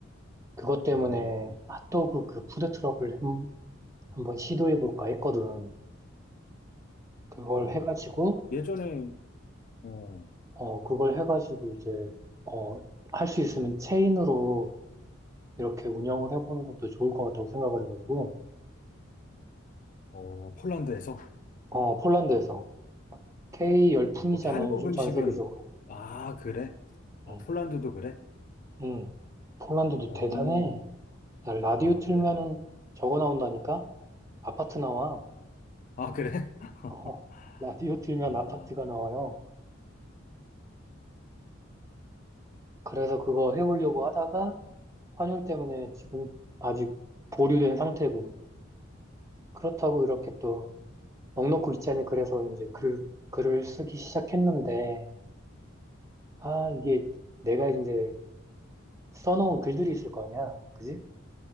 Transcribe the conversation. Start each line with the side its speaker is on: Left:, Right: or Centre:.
Right: 그것 때문에
Left: 음,
Right: 핫도그 그 푸드트럭을 한- 한번 시도해 볼까 했거든. 그걸
Left: 어,
Right: 해가지고,
Left: 예전에, 어,
Right: 어, 그걸 해가지고 이제, 어, 할 수 있으면 체인으로 이렇게 운영을 해보는 것도 좋을 것 같다고 생각을 해가지고,
Left: 어, 폴란드에서,
Right: 어, 폴란드에서. K 열풍이잖아,
Left: 어, 거기 한국
Right: 요즘
Left: 음식은,
Right: 전 세계적으로.
Left: 아, 그래? 아,
Right: 응,
Left: 폴란드도 그래?
Right: 응. 폴란드도
Left: 어,
Right: 대단해. 야, 라디오
Left: 아,
Right: 틀면은
Left: 그래?
Right: 적어 나온다니까? 아파트 나와.
Left: 아, 그래? <laughs>
Right: 어, 라디오 틀면
Left: 아,
Right: 아파트가 나와요. 그래서 그거 해보려고 하다가 환율 때문에 지금 아직 보류된 상태고 그렇다고 이렇게 또 넋놓고 있자니 그래서 이제 글, 글을 쓰기 시작했는데 아 이게 내가 이제 써놓은 글들이 있을 거 아니야. 그지?